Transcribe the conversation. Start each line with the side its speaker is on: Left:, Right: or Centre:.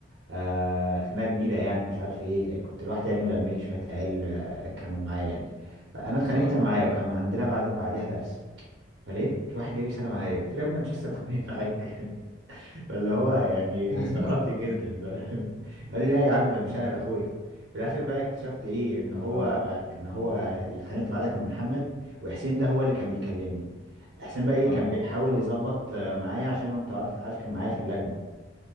Right: آه خناقه كبيره يعني مش عارف ايه لا، كنت لوحدي يعني ولملي شويه عيال آه، كانوا معايا يعني فانا اتخانقت
Left: آه
Right: معايا وكان عندنا بعد بعديها درس فلقيت واحد جاي يسلم عليا قلت له يا ابني أنا مش لسه متخانق <laughs> معاك فاللي هو يعني
Left: <laughs>
Right: استغربت جدا فاهم <laughs> قال لي لا يا عم ده مش انا ده اخويا في الاخر بقى اكتشفت ايه ان هو
Left: آه
Right: ان هو اللي اتخانقت معاه ده كان محمد وحسين ده هو اللي كان بيكلمني حسين بقى ايه
Left: آه
Right: كان بيحاول يظبط آه، معايا عشان هو انت عارف عارف كان معايا في اللجنه